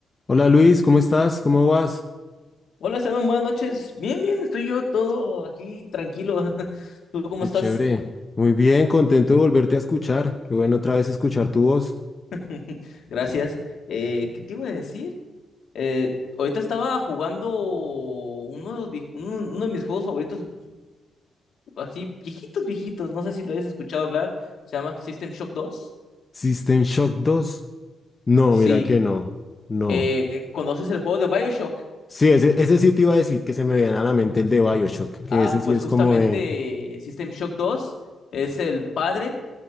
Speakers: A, on the left; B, on the left.
A: Hola Luis, ¿cómo estás? ¿Cómo vas?
B: Hola, Esteban, buenas noches. Bien, bien, estoy yo todo aquí tranquilo. <laughs> ¿Tú cómo
A: Qué
B: estás?
A: chévere. Muy bien, contento de volverte a escuchar. Qué bueno otra vez escuchar tu voz.
B: <laughs> Gracias. Eh, ¿qué te iba a decir? Eh, ahorita estaba jugando uno de, los vie- uno- uno de mis juegos favoritos, así viejitos, viejitos. No sé si lo hayas escuchado hablar. Se llama System Shock 2.
A: System Shock dos, No,
B: Sí.
A: mira que no. No.
B: Eh, ¿conoces el juego de BioShock?
A: Sí, ese, ese sí te iba a decir que se me viene a la mente el de BioShock, que
B: Ah,
A: ese sí
B: pues
A: es
B: justamente
A: como de...
B: eh, System Shock 2 es el padre.